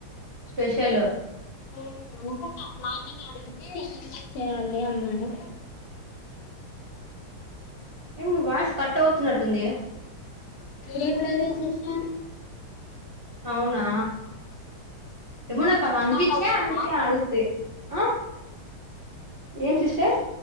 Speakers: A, on the right; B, on the left.
A: స్పెషల్
B: ఆ అనుకుంట మార్నింగ్ అంటే ఏమేం చేయాలి అన్నారు
A: ఏమో వాయిస్ కట్ అవుతున్నట్టుంది
B: ఏం లేదే సిస్టర్
A: అవునా ఏమో నాకలా అనిపించే
B: కట్ అవుతుందా
A: అందుకే అడుగుతి ఆ ఏం సిస్టర్